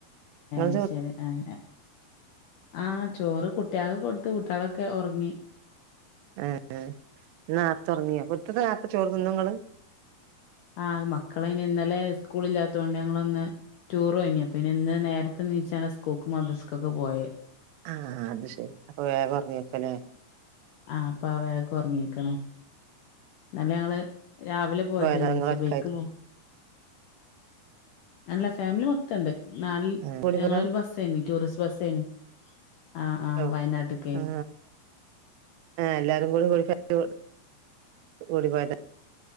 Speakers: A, on the right; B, on the left.
A: ആഹ്
B: അശരി ആഹ് ആഹ് ചോറ് കുട്ട്യാക്ക് കൊടുത്ത് കുട്ട്യാളൊക്കെ ഒറങ്ങി.
A: ഏഹ് ന്ന് നാത്ത ഉറങ്ങിയ എട്ട്ണി ആയപ്പോ ചോറ് നിന്നുങ്ങള്
B: ആഹ് മക്കളനി ഇന്നലെ സ്കൂൾ ഇല്ലാ ത്തോണ്ട് ഞങ്ങളൊന്ന് ടൂർയ്നി പിന്നെ ഇന്ന് നേര്ത്തെനീച്ചാണ് സ്കൂക്ക് മധസ്ക്കൊക്കെ പോയെ
A: ആഹ് അത് ശരി അപ്പൊ വേഗം ഒറങ്ങിയേക്കുല്ലേ
B: ആഹ് അപ്പൊ അവേ ഉറങ്ങിക്കാണ് ഇന്നലെ ഞങ്ങള് രാവിലെ പോയതേ
A: പോയതാ
B: ന്ന്
A: ഇങ്ങള്
B: സുബൈക്ക്
A: ഒറ്റക്കായിട്ട്
B: മു അല്ല ഫാമിലി മൊത്തണ്ട് നാല്
A: ആഹ് കൂടിപ്പോയതാ
B: ഞങ്ങളൊരു ബസ്സേനി ടൂറിസ് ബസ്സേനി ആഹ് ആഹ്
A: <unintelligible>
B: വയനാട്ട്ക്കേ
A: ആ എല്ലാരും കൂടി <unintelligible> <unintelligible> കൂടി പോയതാ